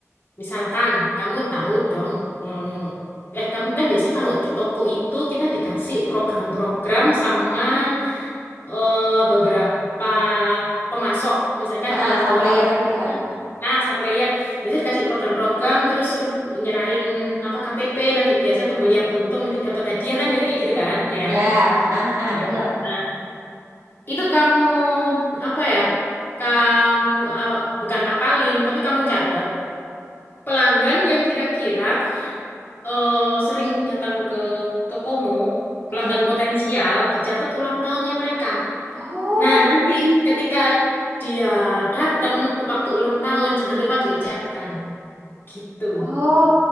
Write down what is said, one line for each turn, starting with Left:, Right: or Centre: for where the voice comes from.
Left: misalkan kamu tahu dong, mm, eh kamu kan biasanya kalau di toko itu kita dikasih program-program sama eh, beberapa pemasok. Misalkan
Right: ha,
Left: kalau
Right: supplier
Left: aku
Right: gitu kan.
Left: ah supplier biasanya dikasih program-program terus suruh nyerahin apa KTP nanti biasa pembeli yang beruntung nanti dapat hadiah kan biasanya kayak gitu kan, ya
Right: Ya,
Left: kan?
Right: ha, ha, ha, bener.
Left: Ya. Nah, itu kamu apa ya? Kamu aw- bukan apalin tapi kamu catat pelanggan yang kira-kira eh, sering datang ke tokomu, pelanggan
Right: Mm-mm.
Left: potensial dicatat ulang tahunnya mereka.
Right: Oh.
Left: Nah, nanti ketika dia datang waktu ulang tahun, jangan lupa diucapkan. Gitu.
Right: Oh,